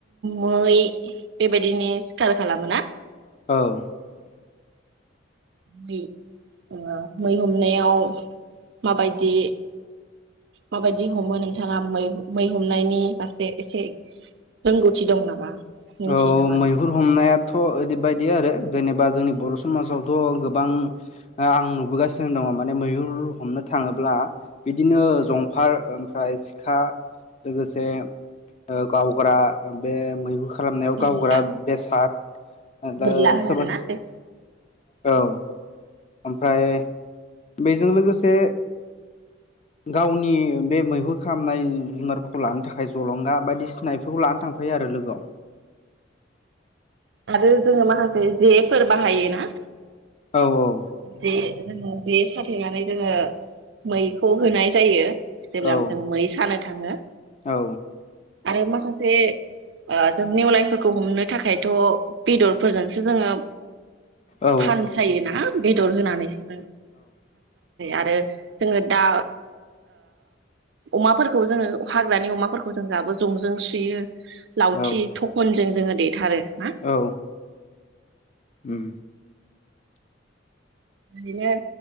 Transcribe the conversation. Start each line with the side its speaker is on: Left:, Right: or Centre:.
Right: मै बेबायदिनो सिखार खालामोना
Left: औ
Right: मै ओ मै हम नायाव माबायदि माबायदि हमो नोंथाङा मै मै हमनायनि फासे एसे रोंगौथि दं नामा मिथियो
Left: औ
Right: नामा?
Left: मैहुर हमनायाथ' ओरैबायदि आरो जेनेबा जोंनि बर' समाजावथ' गोबां ओ आं नुबोगासिनो दङ माने मैहुर हमनो थाङोब्ला बिदिनो जंफार ओमफ्राय सिखा लोगोसे गावग्रा बे मैहु खालामनायाव
Right: बोरला
Left: गावग्रा बेसाद आरो
Right: बोरला
Left: सोरबा
Right: होनोना बे
Left: औ ओमफ्राय बेजों लोगोसे गावनि बे मैहु खालामनाय जुनारफोरखौ लानो थाखाय जलंगा बायदिसिनाफोरखौ लानानै थांफैायो आरो लोगोआव
Right: आरो जोङो माखासे जेफोर बाहायो ना
Left: औ औ
Right: जे जे साथेनानै जोङो मैखौ होनाय जायो जेब्ला
Left: औ
Right: जों मै सानो थाङो
Left: औ
Right: आरो माखासे जों नेवलायफोरखौ हमनो थाखाय थ' बेदरफोरजोंसो जोङो
Left: औ
Right: फानसायो ना? दर होनानैसो आरो जोङो दा अमाफोरखौ जोङो हाग्रानि अमाफोरखौ जों जाबो जंजों सुयो लावथि
Left: औ
Right: थखन जों जोङो देथारो ना
Left: औ उम
Right: बिदिनो